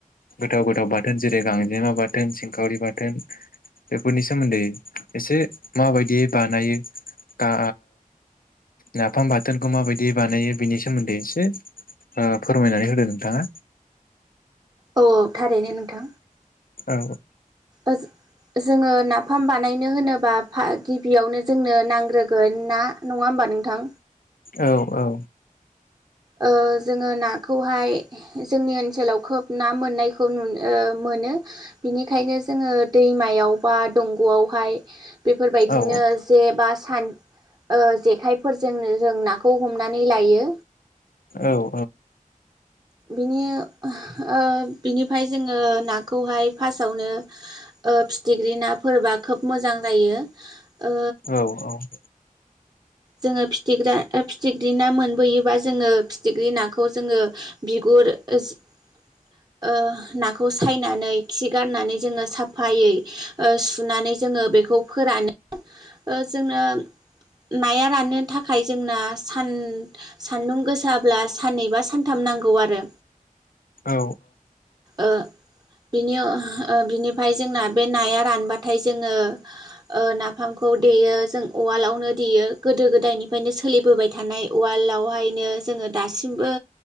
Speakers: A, on the left; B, on the right.
A: गोथाव गोथाव बाथोन जेरै गांजेमा बाथोन सिंखावरि बाथोन बेफोरनि सोमोन्दै एसे माबायदियै बानायो ओ नाफाम बाथोनखौ मा बायदि बानायो बिनि सोमोन्दै एसे ओ फोरमायनानै होदो नोंथाङा
B: औ थारैनो नोंथां
A: औ
B: ओ जोङो ना फाम बानाय होनोबा गिबियावनो जोंनो नांग्रोगोन ना नङा होमबा नोंथां?
A: औ-औ
B: ओ जोङो ना खौहाय जोंनि ओनसोलाव खोब ना मोननायखौ नुनो ओ मोनो बिनिखायनो जोङो दैमायाव बा दंग'आवहाय बेफोरबायदिनो
A: औ
B: जे बा सा ओ जेखाय फोरजोंनो जों नाखौ हमनानै लायो।
A: औ-औ
B: बिनि ओ बिनिफ्राय जोङो नाखौहाय फार्स्टआवनो ओ फिथिख्रि नाफोरबा खोब मोजां जायो। ओ
A: औ-औ <inaudible>
B: जोङो फिथिग्रा फिथिख्रि ना मोनबोयोबा जोङो फिथिख्रि नाखौ जोङो बिगुर ओ नाखौ सायनानै खि गारनानै जोङो साफायै सुनानै जोङो बेखौ फोरानो ओ जोंङो नाया राननो थाखाय जोंना सान सान्दुं गोसाब्ला साननै बा सानथाम नांगौ आरो
A: औ
B: ओ बिनि बिनिफ्राय जोंना बे नाया रानबाथाय जोङो नाफामखौ देयो जों उवालावनो देयो गोदो गोदायनिफ्रायनो सोलिबोबाय थानाय उवालावहायनो जोङो दासिमबो